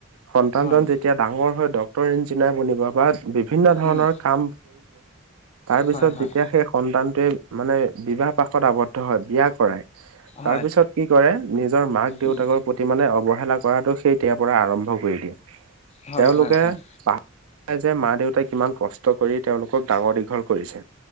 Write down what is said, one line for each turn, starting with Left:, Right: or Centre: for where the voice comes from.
Right: সন্তানজন
Left: হয়
Right: যেতিয়া ডাঙৰ হৈ ড্ক্তৰ ইঞ্জিনিয়াৰ বনিব বা বিভিন্ন ধৰণৰ
Left: উম
Right: কাম। তাৰ পিছত
Left: হয় হয়
Right: যেতিয়া সেই স। মানে বিবাহ পাশত আৱদ্ধ হয় বিয়া কৰাই তাৰ
Left: হয়
Right: পিছত কি কৰে। নিজৰ মাক দেউতাকৰ
Left: উম
Right: প্ৰতি মানে অৱহেলা কৰাটো সেইতেতিয়াৰ পৰা আৰম্ভ কৰি দিয়ে। <unintelligible>
Left: হয়
Right: তেওঁলোকে
Left: হয় হয়
Right: পাহ। যে মা দেউতাই কিমান কষ্ট কৰি তেওঁলোকক ডাঙৰ দীঘল কৰিছে।